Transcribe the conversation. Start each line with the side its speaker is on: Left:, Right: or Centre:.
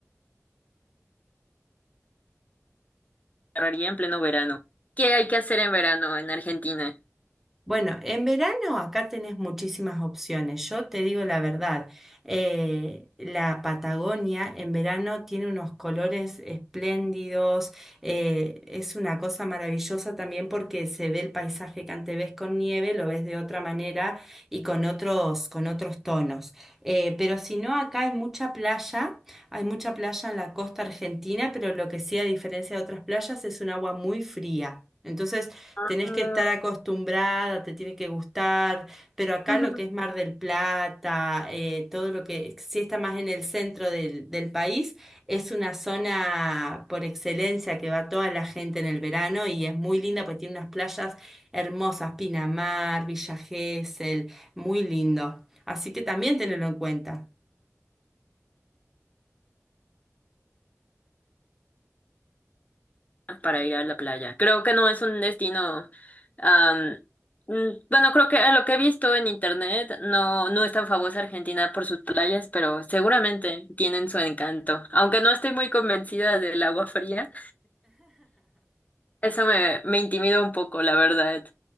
Left: agarraría en pleno verano. ¿Qué hay que hacer en verano en Argentina
Centre: Bueno, en verano acá tenés muchísimas opciones. Yo te digo la verdad, eh, la Patagonia en verano tiene unos colores espléndidos, eh, es una cosa maravillosa también porque se ve el paisaje que antes ves con nieve, lo ves de otra manera y con otros, con otros tonos. Eh, pero si no, acá hay mucha playa, hay mucha playa en la costa argentina, pero lo que sí, a diferencia de otras playas, es un agua muy fría. Entonces,
Left: Ah,
Centre: tenés que estar acostumbrada, te tiene que gustar, pero acá
Left: ujú.
Centre: lo que es Mar del Plata, eh, todo lo que sí está más en el centro del, del país, es una zona por excelencia que va toda la gente en el verano y es muy linda porque tiene unas playas hermosas, Pinamar, Villa Gesell, muy lindo. Así que también tenelo en cuenta.
Left: para ir a la playa? Creo que no es un destino, am, mm, bueno, creo que a lo que he visto en internet, no, no es tan famosa Argentina por sus playas, pero seguramente tienen su encanto. Aunque no estoy muy convencida del agua fría, eso me, me intimida un poco, la verdad.